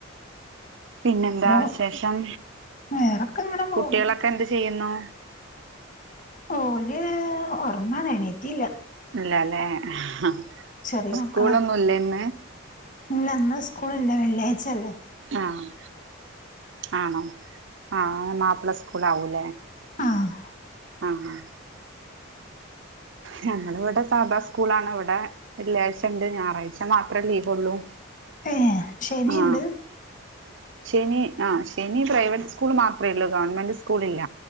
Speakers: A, on the right (about 60°); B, on the left (about 35°).
A: പിന്നെന്താ
B: ഒരു
A: വിശേഷം
B: വേറൊക്കെ ഇങ്ങനെ
A: കുട്ടികളൊക്കെ
B: പോകുന്നു
A: എന്ത് ചെയ്യുന്നു
B: ഓല് ഓർങ്ങാണ്എണീറ്റില്ല
A: ഇല്ലല്ലെ അപ്പ
B: ചെറിയ മക്കളാ
A: സ്കൂളൊന്നൂല്ലേ ഇന്ന്
B: ഇല്ല ഇന്ന് സ്കൂൾ ഇല്ല വെള്ളിയാഴ്ച അല്ലേ
A: ആഹ് ആണോ ആഹ് മാപ്പിള സ്കൂള ആവൂല്ലേ
B: ആഹ്
A: ആഹ് ആഹ് ഞമ്മൾ ഇവിടെ സാദാ സ്കൂള ആണ് ഇവിടെ വെള്ളിയാഴ്ച ഉണ്ട് ഞായറാഴ്ച മാത്രേ ലീവൊള്ളൂ
B: ഏ ശനിയുണ്ട്
A: ആഹ് ശനി ആഹ് ശനി പ്രൈവറ്റ് സ്കൂൾ മാത്രമേ ഉള്ളൂ ഗവൺമെന്റ് സ്കൂൾ ഇല്ല